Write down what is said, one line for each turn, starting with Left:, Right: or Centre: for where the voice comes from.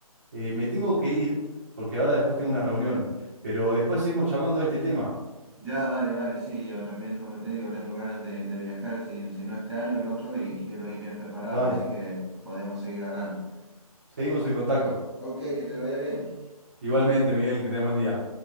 Right: Eh, me tengo que ir porque ahora después tengo una reunión, pero después seguimos charlando de este tema.
Centre: Ya, vale, vale, sí, yo también, como te digo, tengo ganas de, de viajar, si, si no este año, el otro, y quiero ir bien preparado,
Right: Dale,
Centre: así que podemos seguir hablando.
Right: seguimos en contacto.
Centre: Ok, que te vaya bien.
Right: Igualmente, Miguel, que tengas buen día.